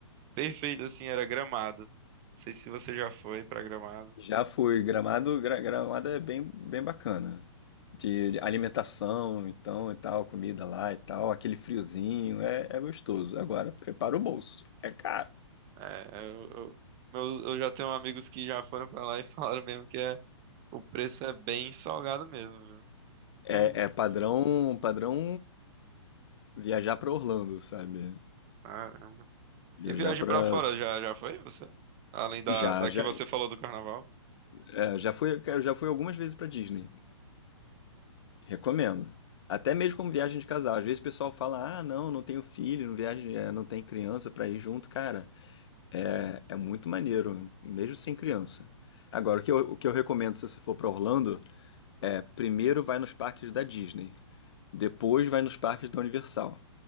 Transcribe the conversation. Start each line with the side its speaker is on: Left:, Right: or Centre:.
Right: perfeito, assim, era Gramado. Não sei se você já foi pra Gramado.
Left: Já fui. Gramado, Gra- Gramado é bem, bem bacana. De de alimentação, então, e tal, comida lá e tal, aquele friozinho, é, é gostoso. Agora, prepara o bolso. É caro.
Right: É, eu, eu, meus- eu já tenho amigos que já foram pra lá e <laughs> falaram mesmo que é, o preço é bem salgado mesmo, viu?
Left: É,
Right: Tu,
Left: é padrão, padrão viajar pra Orlando, sabe?
Right: caramba. E
Left: Viajar
Right: viagem
Left: pra.
Right: pra fora, já, já foi você? Além da,
Left: Já,
Right: da
Left: já,
Right: que você falou do carnaval?
Left: é, já fui, cara, já fui algumas vezes pra Disney. Recomendo. Até mesmo como viagem de casal. Às vezes o pessoal fala: "Ah, não, não tenho filho, não viagem, é, não tem criança pra ir junto". Cara, É, é muito maneiro, mesmo sem criança. Agora, o que eu, o que eu recomendo se você for para Orlando é primeiro vai nos parques da Disney, depois vai nos parques da Universal.